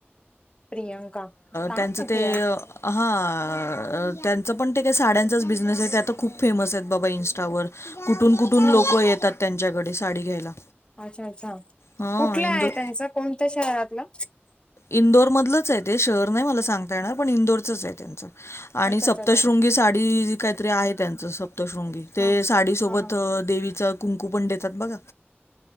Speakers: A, on the left; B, on the left.
A: प्रियंका काय
B: त्यांचं
A: माहिती
B: ते
A: ह
B: अ हां, त्यांचं पण ते काय साड्यांचाच बिझनेसे. त्या त खूप फेमसे बाबा इंस्टावर. कुठून कुठून लोक
A: ह
B: येतात त्यांच्याकडे. साडी घ्यायला.
A: अच्छा अच्छा.
B: हां
A: कुठल्या
B: इंदोर
A: आहे त्यांच? कोणत्या शहरातलं?
B: इंदोर मधलंचे ते. शहर नाही मला सांगता येणार. पण इंदोरचंचे त्यांचं. आणि
A: अच्छा
B: सप्तशृंगी
A: अच्छा अच्छा
B: साडी काहीतरी आहे त्यांच. सप तशृंगी. ते
A: हा
B: साडी सोबत
A: हा हा
B: देवीच कुंकू पण देतात बघा.